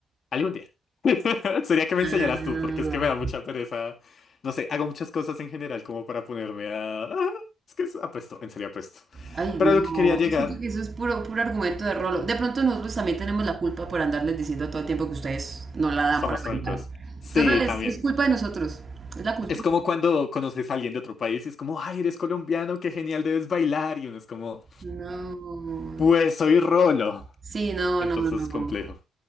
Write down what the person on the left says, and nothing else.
Algún día. <laughs> Sería que me
enseñaras tú, porque es que me da mucha pereza. No sé, hago muchas cosas en general como para ponerme a... ah, es que es- apuesto, en serio apuesto.
Pero
a lo que quería llegar,
somos
troncos.
Sí,
también.
Es como cuando conoces a alguien de otro país y es como, ay, eres colombiano, qué genial, debes bailar. Y uno es como,
pues soy rolo.
Entonces,
complejo.